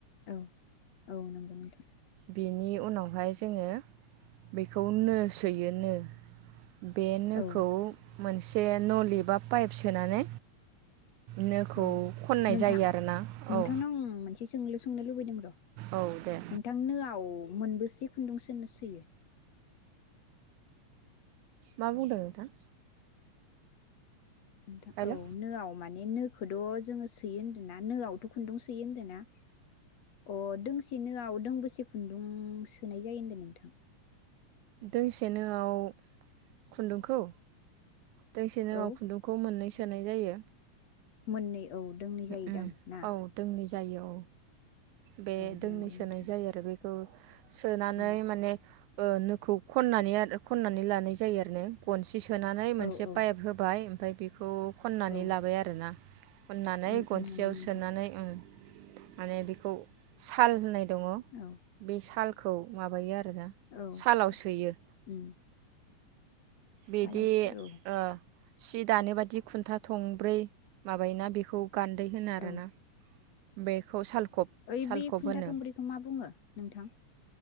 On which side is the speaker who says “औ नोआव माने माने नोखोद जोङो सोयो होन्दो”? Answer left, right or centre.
Left